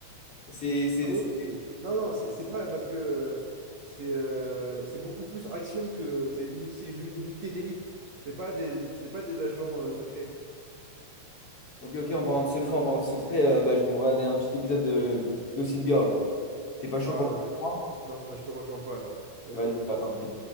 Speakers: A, on the left; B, on the right.
A: C'est c'est-
B: Ah oui,
A: c'est-
B: oui. non, non, c'est c'est pas parce que euh, c'est euh, c'est beaucoup plus action que c'est une, c'est une unité d'élite. C'est pas des, c'est pas des agents euh, secrets.
A: Ok, ok, en parlant de secret, en parlant de secret, euh, bah, je vais me regarder un petit épisode de Gossip Girl. T'es pas chaud
B: Ah,
A: pour
B: mais-
A: moi?
B: non, mais je te rejoins pas alors. Vas-y,
A: Vas-y,
B: vas-y.
A: bah tant pis.